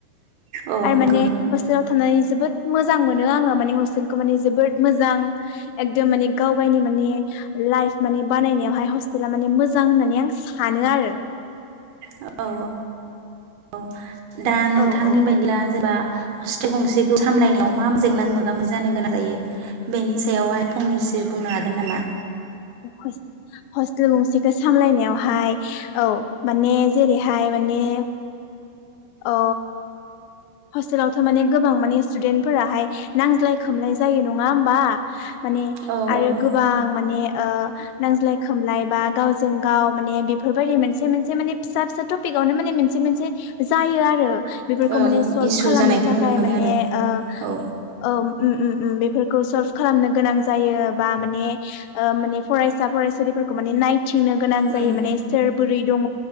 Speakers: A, on the right; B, on the left.
A: औ
B: आरो
A: नंगौ
B: माने हस हस्टेल आव थानानै जोबोद मोजां मोनो आङो माने हस्टेलखौ माने जोबोद मोजां एकदम माने गाव गावनि माने लाइफ माने बानायनायावहाय हस्टेल माने मोजां होननानै आं सानो आरो
A: औ औ दा नोंथांनि
B: औ औ
A: बायदिब्ला
B: औ
A: जेनबा हस्टेल गंसेखौ सामलायनायाव मा जेंना मोगा मोगि जानो गोनां जायो बेनि सायावहाय फंनैसो सो बुंनो हागोन नामा?
B: हस-हस्टेल गंसेखौ सामलायनायाव हय औ माने जेरैहाय माने औ हस्टेलावथ' माने गोबां माने स्टुदेन्ट फोराहाय नांज्लाय खमलाय जायो नङा होमबा? माने
A: औ
B: आरो
A: ओं
B: गोबां माने ओ नांज्लाय खोमलाय बा गावजों गाव माने बेफोरबायदि मोनसे मोनसे माने फिसा फिसा टपिकावनो माने मोनसे मोनसे जायो आरो बेफोरखौ
A: ओं
B: माने सल्भ
A: इसु
B: खालामनो
A: जानायखौ
B: थाखाय
A: नुनो मोनो
B: माने
A: आरो
B: ओ
A: औ
B: औ उम उम उम उम उम बेफोरखो सल्भ खालामनो गोनां जायो बा माने ओ माने फरायसा फरायसुलिफोरखौ माने नाय थिंनो गोनां जायो
A: उम
B: माने सोर बोरै दङ।